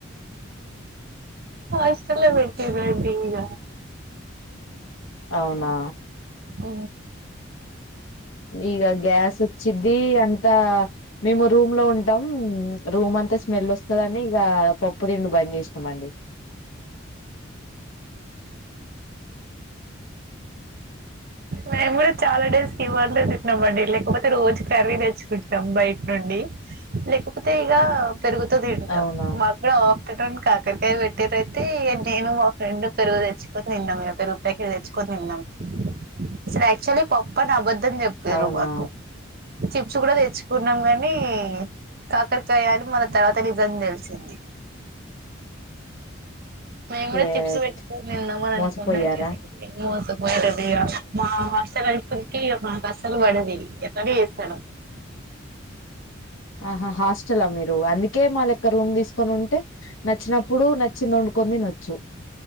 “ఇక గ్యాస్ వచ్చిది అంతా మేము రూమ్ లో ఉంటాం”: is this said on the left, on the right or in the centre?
Left